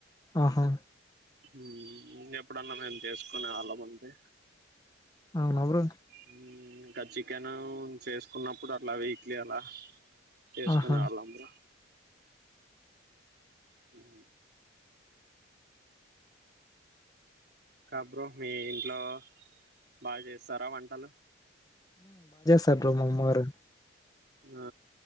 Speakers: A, on the left; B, on the right.
A: ఆహా
B: ము ఎప్పుడన్నా మేము చేసుకునే వాళ్ళం అంతే
A: అవునా బ్రో?
B: మ్మ్ ఇంకా చికెన్ చేసుకున్నప్పుడు అట్లా వీక్లీ అలా చేసుకునే
A: ఆహా!
B: వాళ్ళం బ్రో మూ ఇంకా బ్రో మీ ఇంట్లో బాగా చేస్తారా వంటలు
A: సపు్రమమ్మర <inaudible>
B: ఆ